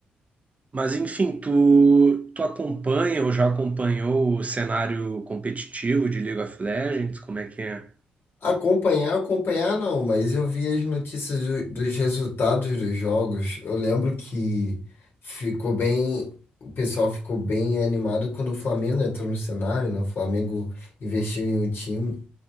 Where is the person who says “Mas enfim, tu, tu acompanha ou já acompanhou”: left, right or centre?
Right